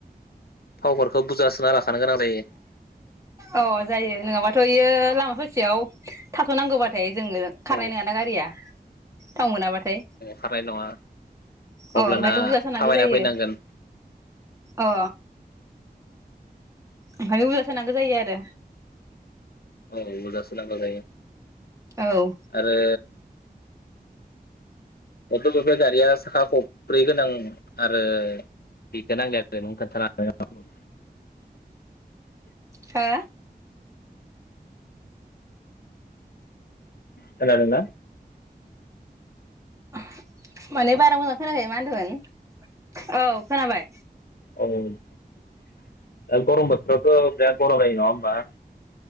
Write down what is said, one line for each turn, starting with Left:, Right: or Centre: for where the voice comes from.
Left: थावफोरखौ बुरजा सोना ला <unintelligible> गोनां जायो
Right: अ जायो नङाबाथ' इयो लामा ससेयाव थाथ'नांगौबाथाय जोंनो खारनाय
Left: औ
Right: नङाना गारिया थाव मोनाबाथाय
Left: खारनाय नङा
Right: अ
Left: अब्लाना
Right: ओंखायनो बुरजा सोनांगौ
Left: थाबायना
Right: जायो
Left: फैनांगोन
Right: अ ओखाय बुरजा सोनांगौ जायो आरो
Left: औ <unintelligible> जायो
Right: औ
Left: आरो अथ' बे गारिया साखा खब्रै गोनां आरो बेखौ <unintelligible>
Right: हा
Left: खानादोंना
Right: <inaudible> माने बारा मोजां खोनायाखै मा होनदों औ खोनाबाय
Left: औ दा गरम बोथोरावथ बिराद गरम जायो नङा होनबा